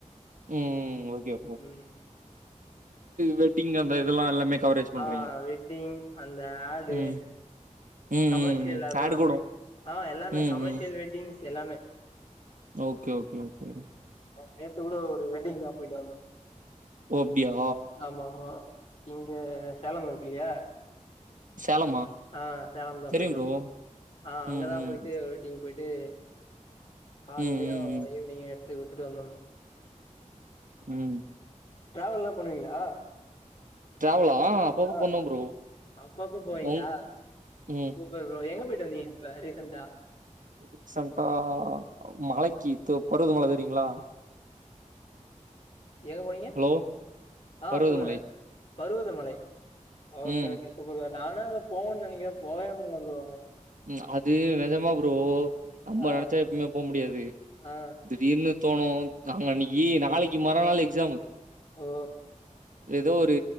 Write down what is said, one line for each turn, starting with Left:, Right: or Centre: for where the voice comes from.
Right: ம் ஓகே ஓக்
Left: ம்
Right: வெட்டிங் அந்த இதெல்லா எல்லாமே கவரேஜ் பண்றீங்க
Left: ஆ வெட்டிங் அந்த ஆட்டு
Right: ம் ம்
Left: கமேர்ஷியல்
Right: ம் ம்
Left: அ போல
Right: ஆடு கூடோ
Left: ஆ எல்லாமே
Right: ம்
Left: கமேர்ஷியல்
Right: ம்
Left: வெட்டிங்க்ஸ் எல்லாமே
Right: ஓகே ஓகே ஓகே
Left: நேத்து கூட ஒரு வெட்டிங் தா போய்டு வந்தோ
Right: ஓ அப்டியா
Left: ஆமா ஆமா இங்க சேலம் இருக்கு இல்லியா
Right: சேலமா
Left: ஆ சேலம் தா
Right: தெரியு
Left: போய்ட்டு
Right: ப்ரோ
Left: வந்தோ ஆ அங்கதா
Right: ம் ம்
Left: போய்ட்டு வெட்டிங் போய்ட்டு கால்லெயு
Right: ம் ம் ம்
Left: ஈவினிங்கு எத்து குடுத்துட்டு வந்தட்னு
Right: ம்
Left: ட்ராவல்லா பண்ணுவீங்ளா
Right: டிராவலா அப்பப்ப
Left: ஆ
Right: பண்ணுவோ ப்ரோ
Left: அப்பப்ப போவீங்ளா
Right: உங் ம்
Left: சூப்பர் ப்ரோ எங்க போய்டு வந்தீங்க இப்ப ரீசன்ட்டா
Right: ரீசன்ட்டா மலக்கி தொ பருவதமல தெரியுங்ளா
Left: எங்க போனீங்க
Right: ஹலோ
Left: ஆ
Right: பருவதமலை
Left: சொல்லுங்க பருவதமலை ஓகே
Right: ம்
Left: ஓகே சூப்பர்ங்க நானு அங்க போன்னு நனக்கிற போவே முடில ப்ரோ
Right: ம் அது நெஜமா ப்ரோ நம்ம
Left: ஆ
Right: நெனச்சா எப்புய்மே போ முடியாது
Left: ஆ ஆ
Right: தி டீர்ன்னு தோணு நாங்க அன்னெக்கி நாளெக்கி மறா நாள் எக்ஸாம்மு
Left: ஓ
Right: எதோ ஒரு